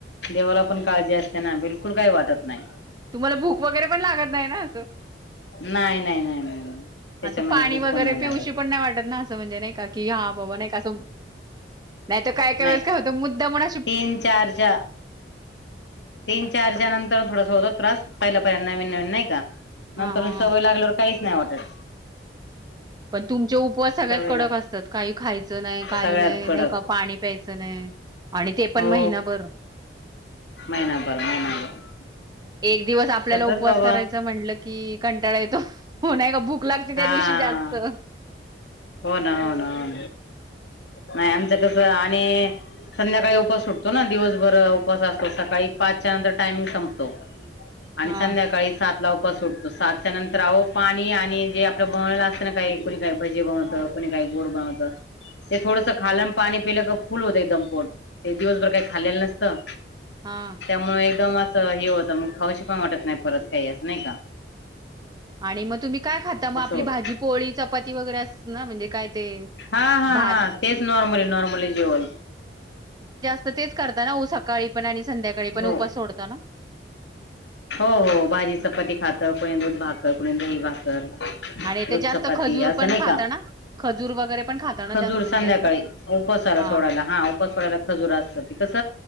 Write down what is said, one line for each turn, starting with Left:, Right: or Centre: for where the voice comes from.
Left: देवाला पण काळजी असते ना बिलकुल काही वाटत नाही.
Right: तुम्हाला भूक वगैरे पण लागत नाही ना? अस
Left: नाही नाही नाही नाही नाही त्याच्यामध्ये
Right: असं पाणी
Left: भूक
Right: वगैरे
Left: पण नाही
Right: पिवूशी
Left: लागत
Right: पण नाही वाटत ना? असं म्हणजे नाही का की हा बाबा नाही का असं नाही त काय काय
Left: नाही
Right: वेळेस का होत मुद्दाम हून
Left: तीन चार च्या तीन चार च्या नंतर होतो त्रास पहिला पहिला नवीन नवीन नाही का! नंतर
Right: हां, हां, हां.
Left: सवय लागल्यावर काहीच नाही वाटत.
Right: पण तुमचे उपवास सगळ्यात
Left: सवय
Right: कडक
Left: लाग
Right: असतात? काही, खायचं नाही काही
Left: सगळ्यात
Right: नाही
Left: कडक
Right: नाही पाणी प्यायचं नाही, आणि ते पण
Left: हो
Right: महिनाभर.
Left: महिनाभर महिनाभर.
Right: एक दिवस आपल्याला
Left: करतात
Right: उपवास
Left: बाबा
Right: करायचा म्हटलं की कंटाळा येतो. हो नाय का भूक लागते त्या
Left: हा हा
Right: दिवशी जास्त
Left: हो ना हो ना हो. नाही आमचं कस आणि संध्याकाळी उपास सुटतो ना दिवसभर उपसा असतो सकाळी पाचच्या नंतर टायमिंग संपतो. आणि
Right: हां,
Left: संध्याकाळी सात ला उपवास सुटतो साातच्या नंतर आहो पाणी आणि जे आपलं बनवलेलं असत ना काही कोणी काय भजे बनवतो! कुणी काही गोड बवचं ते थोडस खा पाणी पिलं क फुल होतं एक दमपोट ते दिवसभर काही खाल्लं नसतं.
Right: हां.
Left: त्यामुळे एकदम अस हे होत मग खावाशी पण वाटत नाही परत खई असं नाय का!
Right: आणि मग तुम्ही काय खाता? मग
Left: असं
Right: आपली
Left: होतं
Right: भाजी पोळी चपाती वगैरे ना म्हणजे काय ते
Left: हा हा
Right: भात
Left: हा तेच नॉर्मली नॉर्मली जेवन.
Right: तर तेच करता ना सकाळी पण आणि संध्याकाळी पण
Left: हो
Right: उपवास सोडता ना?
Left: हो हो भाजी चपती खात तर कोणी दूध भाकरर कोणी दही भाकर
Right: आणि
Left: दुध
Right: ते जास्त
Left: चपाती
Right: खजूर
Left: असं
Right: पण
Left: नाही
Right: खाता
Left: का
Right: ना? खजूर वगैरे पण खाता ना
Left: खजूर
Right: जास्त म्हणजे
Left: संध्याकाळी
Right: असं?
Left: उपसाला
Right: हां
Left: सोडायला हा उपस सोडायला खजूर असत ते कस